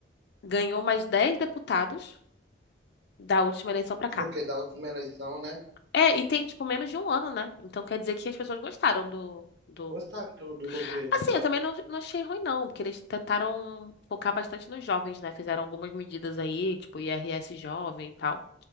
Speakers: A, on the left (about 60°); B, on the right (about 60°).
A: ganhou mais 10 deputados da última eleição pra cá.
B: Do que da última eleição, né?
A: É, e tem, tipo, menos de um ano, né? Então quer dizer que as pessoas gostaram do, do...
B: Gostaram do, do governo.
A: Assim,
B: tá?
A: eu também não, não achei ruim, não, porque eles tentaram focar bastante nos jovens, né? Fizeram algumas medidas aí, tipo IRS jovem e tal.